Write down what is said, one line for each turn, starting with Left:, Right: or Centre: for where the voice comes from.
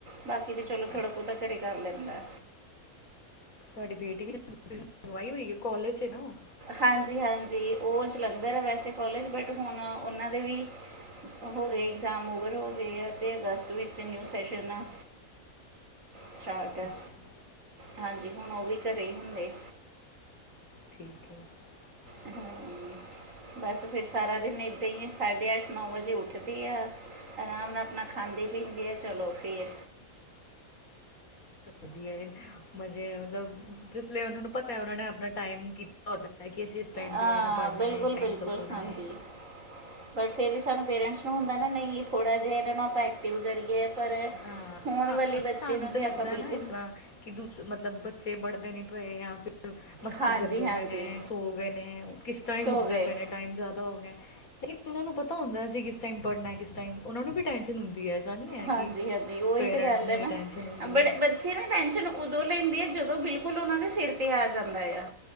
Right: ਬਾਕੀ ਤਾਂ ਚਲੋ ਥੋੜ੍ਹਾ
Left: ਅੱਛਾ
Right: ਬਹੁਤਾ ਘਰ ਕਰ ਲੈਂਦਾ।
Left: ਤੁਹਾਡੀ ਬੇਟੀ ਵੀ ਮੰਗਵਾਈ ਹੋਈ, ਕੋਲਜ 'ਚ ਏ ਨਾ ਓਹ?
Right: ਹਾਂਜੀ-ਹਾਂਜੀ, ਉਹ ਜਲੰਧਰ ਹੈ ਵੈਸੇ ਕੋਲਜ, ਬਟ ਹੁਣ ਉਹਨਾਂ ਦੇ ਵੀ ਹੋ ਗਏ ਇਗਜ਼ਾਮ ਓਵਰ ਹੋ ਗਏ ਆ, ਤੇ ਅਗਸਤ ਵਿੱਚ ਨਿਊ ਸੈਸ਼ਨ ਸਟਾਰਟ ਆ,
Left: ਅੱਛਾ
Right: ਹਾਂਜੀ, ਹੁਣ ਉਹ ਵੀ ਘਰ ਹੀ ਹੁੰਦੇ।
Left: ਠੀਕ ਹੈ। <inaudible>
Right: ਹਮ, ਬਸ ਫਿਰ ਸਾਰਾ ਦਿਨ ਇੱਦਾਂ ਹੀ, ਸਾਢੇ ਅੱਠ ਨੌਂ ਵਜੇ ਉੱਠਦੀ ਆ‌। ਆਰਾਮ ਨਾਲ ਆਪਣਾ ਖਾਂਦੀ-ਪੀਂਦੀ ਆ, ਚਲੋ ਫਿਰ
Left: ਵਧੀਆ ਏ, ਮਜ਼ੇ ਮਤਲਬ ਜਿਸ ਲਈ ਉਹਨਾਂ ਨੂੰ ਪਤਾ ਹੈ, ਉਹਨਾਂ ਨੇ ਆਪਣਾ ਟਾਈਮ ਕੀਤਾ। ਉਹ ਨੇ ਕਿ ਅਸੀਂ ਇਸ ਟਾਈਮ
Right: ਹਾਂ
Left: ਤੇ ਹੈ ਨਾ ਪੜ੍ਹਨਾ
Right: ਬਿਲਕੁਲ
Left: ਹੈ, ਇਸ ਟਾਈਮ
Right: ਬਿਲਕੁਲ
Left: ਸੋਣਾ
Right: ਹਾਂਜੀ
Left: ਹੈ।
Right: ਬਟ ਫਿਰ ਵੀ, ਸਾਨੂੰ ਪੇਰੈਂਟਸ ਨੂੰ ਹੁੰਦਾ ਨਾ, ਨਹੀਂ ਥੋੜ੍ਹਾ ਜਿਹਾ ਇਹਨਾਂ ਨੂੰ ਆਪਾਂ ਐਕਟਿਵ ਕਰੀਏ। ਪਰ,
Left: ਹਾਂ
Right: ਹੁਣ
Left: ਸਾਨੂੰ
Right: ਵਾਲੇ ਬੱਚੇ
Left: ਸਾਨੂੰ
Right: ਨੂੰ ਤਾਂ
Left: ਲੱਗਦਾ
Right: ਆਪਾਂ ਬਿਲਕੁਲ
Left: ਨਾ ਇਸ ਤਰ੍ਹਾਂ ਕਿ ਦ' ਮਤਲਬ ਬੱਚੇ ਪੜਦੇ ਨੀ ਪਏ, ਜਾਂ ਮਸਤੀ
Right: ਹਾਂਜੀ
Left: ਕਰਦੇ
Right: ਹਾਂਜੀ
Left: ਪਏ ਨੇ, ਸੋ ਗਏ ਨੇ, ਕਿਸ ਟਾਈਮ
Right: ਸੋ
Left: ਉੱਠਦੇ
Right: ਗਏ
Left: ਪਏ ਨੇ। ਟਾਈਮ ਜ਼ਿਆਦਾ ਹੋ ਗਿਆ, ਉਹਨਾਂ ਨੂੰ ਪਤਾ ਹੁੰਦਾ ਐ ਅਸੀਂ ਕਿਸ ਟਾਈਮ ਪੜ੍ਹਨਾ, ਕਿਸ ਟਾਈਮ, ਉਹਨਾਂ ਨੂੰ ਵੀ ਟੈਂਸ਼ਨ ਹੁੰਦੀ ਹੈ, ਐਸਾ ਨਹੀ ਹੈ
Right: ਹਾਂਜੀ
Left: ਕਿ
Right: ਹਾਂਜੀ ਉਹੀ
Left: ਪੇਰੈਂਟਸ
Right: ਤੇ ਗੱਲ
Left: ਨੂੰ
Right: ਹੈ
Left: ਹੀ
Right: ਨਾ,
Left: ਟੈਨਸ਼ਨ ਹੁੰਦੀ
Right: ਬਟ
Left: ਹੈ
Right: ਬੱਚੇ ਨਾ ਟੈਨਸ਼ਨ ਉਦੋਂ ਲੈਂਦੇ ਆ, ਜਦੋਂ ਬਿਲਕੁਲ ਉਹਨਾਂ ਦੇ ਸਿਰ ਤੇ ਆ ਜਾਂਦਾ ਹੈਏ।